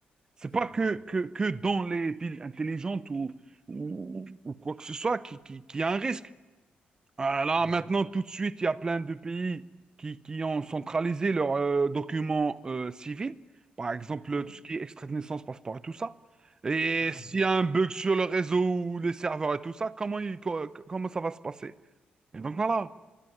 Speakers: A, on the right (about 25°); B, on the left (about 25°).
A: C'est
B: C'est
A: pas
B: vrai.
A: que, que, que dans les villes intelligentes ou, ou, ou quoi que ce soit qui, qui, qui a un risque. Ah, Là,
B: Oui.
A: maintenant, tout de suite, il y a plein de pays qui, qui ont centralisé leurs euh, documents euh, civils, par exemple
B: Ouais.
A: tout ce qui est extrait de naissance, passeport et tout ça. Et
B: Ah
A: s'il
B: oui.
A: y a un bug sur le réseau ou les serveurs et tout ça, comment, il- co- comment ça va se passer? Et donc voilà.